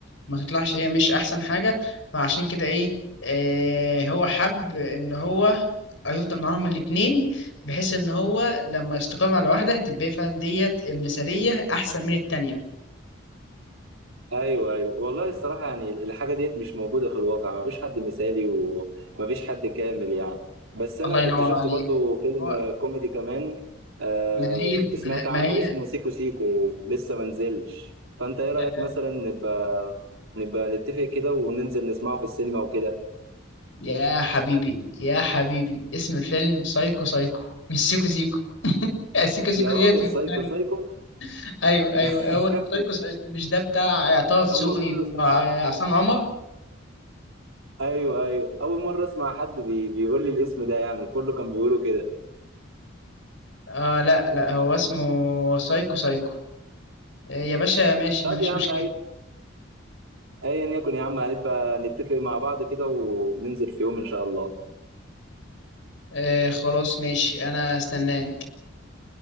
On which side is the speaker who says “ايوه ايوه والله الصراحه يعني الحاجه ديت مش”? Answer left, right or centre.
Right